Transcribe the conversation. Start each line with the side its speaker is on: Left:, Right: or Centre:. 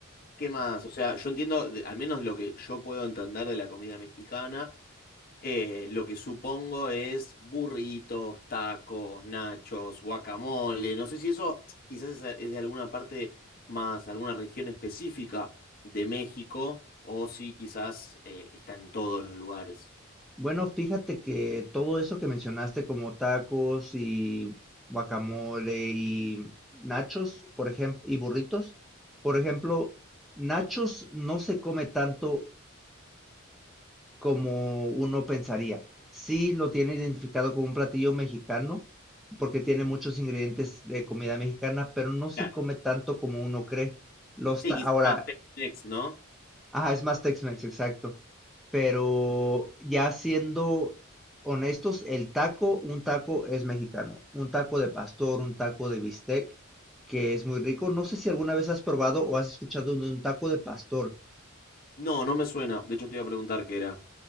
Left: qué más? O sea, yo entiendo, de- al menos lo que yo puedo entender de la comida mexicana, Eh, lo que supongo es burritos, tacos, nachos, guacamole. No sé si eso quizás es, es de alguna parte más, alguna región específica de México, o si quizás eh, está en todos los lugares.
Centre: bueno, fíjate que todo eso que mencionaste como tacos y guacamole y nachos, por ejemplo, y burritos, por ejemplo, nachos no se come tanto como uno pensaría. Sí lo tiene identificado como un platillo mexicano, porque tiene muchos ingredientes de comida mexicana, pero no se
Left: Claro.
Centre: come tanto como uno cree. Los
Left: Sí,
Centre: ta-
Left: quizás
Centre: Ahora,
Left: más Tex-Mex, ¿no?
Centre: ajá, es más Tex-Mex, exacto. Pero ya siendo honestos, el taco, un taco es mexicano. Un taco de pastor, un taco de bistec, que es muy rico. No sé si alguna vez has probado o has escuchado de un taco de pastor.
Left: No, no me suena. De hecho, te iba a preguntar qué era.